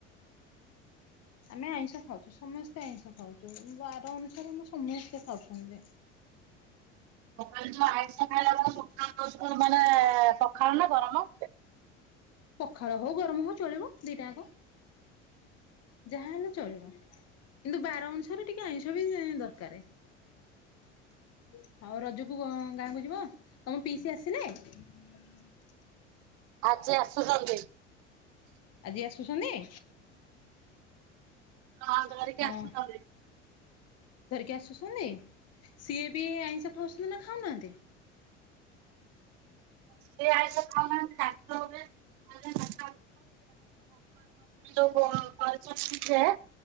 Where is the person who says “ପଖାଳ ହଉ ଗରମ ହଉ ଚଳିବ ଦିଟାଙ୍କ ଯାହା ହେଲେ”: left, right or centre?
Left